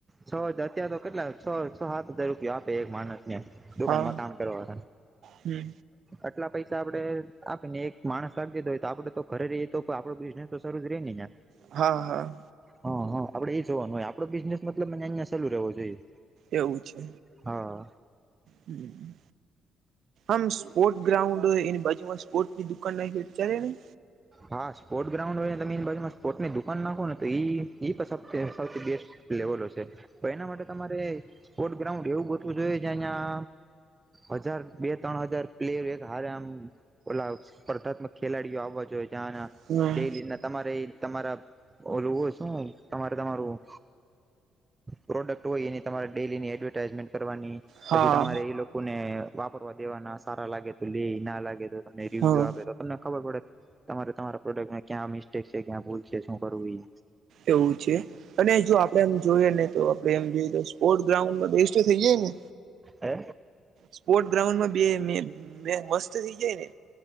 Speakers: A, on the right (about 20°); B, on the right (about 70°).
A: છ હજાર અત્યાં તો કેટલા છ છ સાત હજાર રૂપિયા આપે એક માણસ ને દુકાનમાં
B: હા
A: કામ કરવાળ
B: હમ
A: આટલા પૈસા આપડે આપી ને એક માણસ લી દીધો હોય તો આપડે તો ખરે રએ તો આપડો બિઝનેસ તો શરૂુ જ રહને યા.
B: હા હા.
A: હા હા આપડે એ જોવાનું હોય આપડો બિઝને મલબ મને અહંયા ચાલુ રહેવો જોઈએ
B: એવું છે
A: હા
B: હમ્મ આમ સ્પોર્ટ ગ્રાઉન્ડ હોય એની બાજુમાં સ્પોર્ટસની દુકાન નાખે ચાલે નહી
A: હા સ્પોર્ટ્સ ગ્રાઉડ હોય ને તમે એની બાજુમાં સ્પોર્ટસની દુકાન નાખો ને તો ઈ એ પણ સૌથી બેસ્ટ લેવલો છે તો એના માટે તમારે સ્પોર્ટ ગ્રાઉન્ડ એવું ગોટવું જોયે જયા અયા હજાર બે ત્રણ હજાર પ્લેયર એક હારે આમ ઓલા સ્પર્ધાત્મક ખેલાડીઓ આવવા જોઈએ જ્યા
B: હમ
A: ડેલી ના તમારે તમારા ઓલું હોય શું તમારે તમારું પ્રોડક્ટ હોય એની તમારે ડેલી ની એડવર્ટાઈઝમેન્ટ કરવાની
B: હા
A: પછી તમારે એ લો કોને વાપરવા દેવાના સારા લાગે તો લે ના લાગે તો તમને રિવ્યુ
B: હા
A: આપે તો તમને ખબર પડે તમારે તમારા પ્રોડક્ટને ક્યાં મિસ્ટેક છે, ક્યાં ભૂલ છે, શું કરવું ઈ
B: એવું છે, અને જો આપડે એમ જોઈએ ને તો આપડે એમ જે રીતે સ્પોર્ટ ગ્રાઉન્ડમાં બેસ્ટ થઈ જાય ને
A: હે
B: સ્પોર્ટ ગ્રાઉન્ડમાં બે મે મે મસ્ત થઈ જાય ને